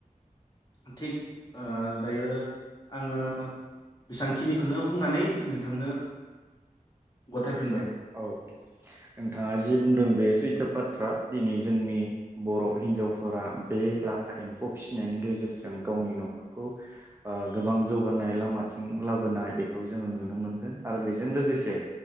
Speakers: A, on the left; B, on the right.
A: ओ थिग ओ दायो आङो बेसांखिनिखौनो बुंनानै नोंथांनो गथायफिनबाय।
B: औ नोंथाङा जि बुंदों बे सैथो बाथ्रा दिनै जोंनि बर' हिन्जावफोरा बे लाथा एम्फौ फिसिनायनि गेजेरजों गावनि न'खरखौ ओ गोबां जौगानाय लामाथिं लाबोनाय बेखौ जोङो नुनो मोनदों आरो बेजों लोगोसे